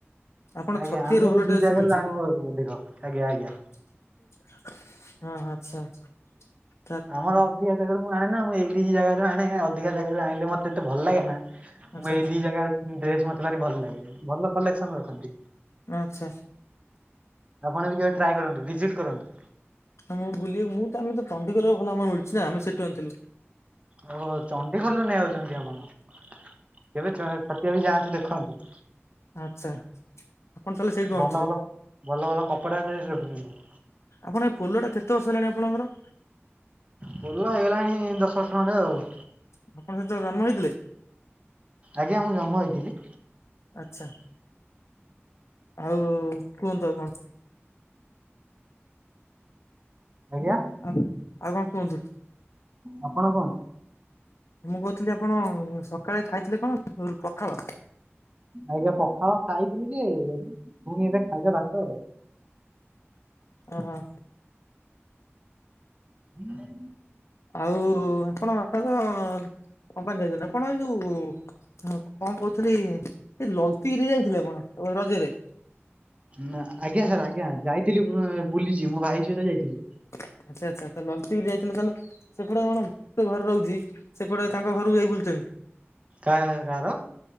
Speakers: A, on the left (about 80°); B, on the right (about 25°).
A: ଆପଣ
B: ଆଜ୍ଞା
A: ଛତିଆରୁ
B: ଆମେ ଏଇ
A: ଭଲ
B: ଦି
A: ଡ୍ରେସ
B: ଜାଗାରୁ
A: ମିଳୁଛି
B: ଆଣିବୁ ଅଧିକ। ଆଜ୍ଞା, ଆଜ୍ଞା।
A: ହଁ ଆଚ୍ଛା, ଆଚ୍ଛା।
B: ଆମର ଅଧିକା ଜାଗାରୁ ମୁଁ ଆଣେନା ମୁଁ ଏଇ ଦି ଜାଗାରୁ ଆଣେ, ଅଧିକା ଜାଗାରୁ ଆଣିଲେ ମତେ ଏତେ ଭଲ ଲାଗେ ନା,
A: ଆଚ୍ଛା
B: ମୁଁ ଏଇ ଦି ଜାଗାରେ ଡ୍ରେସ ମତେ ଭାରି ଭଲ ଲାଗେ, ଭଲ କଲେକ୍ସନ ରଖନ୍ତି।
A: ଆଚ୍ଛା
B: ଆପଣ ବି କେବେ ଟ୍ରାଏ କରନ୍ତୁ, ଭିଜିଟ୍ କରନ୍ତୁ।
A: ହଁ ମୁଁ ବୁଲି ମୁଁ ତ ଆମେ ଚଣ୍ଡିଖୋଲ ଭଲ ମିଳୁଚିନା ଆମେ ସେଠୁ ଆଣିଥିଲୁ।
B: ଓହୋ ଚଣ୍ଡି ଖୋଲଲରୁ ନେଇଯାଉଛନ୍ତି ଆପଣ। କେବେ ଟ୍ରାଏ, ଛତିଆକୁ ଯାଆନ୍ତୁ ଦେଖନ୍ତୁ।
A: ଆଚ୍ଛା ଆପଣ ତାହେଲେ ସେଇଠୁ
B: ଭଲ
A: ଆଣୁଥିବେ?
B: ଭଲ ଭଲ ଭଲ କପଡ଼ା ଡ୍ରେସ ରଖୁଛନ୍ତି।
A: ଆପଣ ଏ ପୋଲ ଟା କେତେ ବର୍ଷ ହେଲାଣି ଆପଣଙ୍କର?
B: ପୋଲ ହେଇଗଲାଣି ଦଶ ବର୍ଷ ଖଣ୍ଡେ ଆଉ।
A: ଆପଣ ସେତେବେଳେ ଜନ୍ମ ହେଇଥିଲେ?
B: ଆଜ୍ଞା ମୁଁ ଜନ୍ମ ହେଇଥିଲି।
A: ଆଚଛା ଆଉ କୁହନ୍ତୁ ଆପଣ।
B: ଆଜ୍ଞା।
A: ଆ ଆଉ କଣ କୁହନ୍ତୁ?
B: ଆପଣ କଣ
A: ମୁଁ କହୁଥିଲି ଆପଣ ସକାଳେ ଖାଇଥିଲେ କଣ, ପଖାଳ?
B: ଆଜ୍ଞା ପଖାଳ ଖାଇଥିଲି ଯେ, ପୁଣି ଏବେ ଖାଇବା ଭାତ ଆଉ।
A: ଓହୋ।
B: ହଁ।
A: ଆଉ ଆପଣଙ୍କ ବାପା ତ କମ୍ପାନୀ ଯାଇଛନ୍ତି, ଆପଣ ଏଇ ଯୋଉ ହଁ କଣ କହୁଥିଲି, ସେ ଲଲତିଗିରି ଯାଇଥିଲେ ଆପଣ ରଜରେ?
B: ନା ଆଜ୍ଞା ସାର୍ ଆଜ୍ଞା ଯାଇଥିଲି ବୁଲିଛି, ମୋ ଭାଇ ସହିତ ଯାଇଥିଲି।
A: ଆଚଛା ଆଚ୍ଛା ତା ଲଲଚି ଯାଇଥିଲେ ତାହେଲେ ସେପଟେ କଣ ଘରେ ରହୁଛି ସେପଟେ ତାଙ୍କ ଘରକୁ ଯାଇ ବୁଲୁଥୁବେ।
B: କା କାହାର?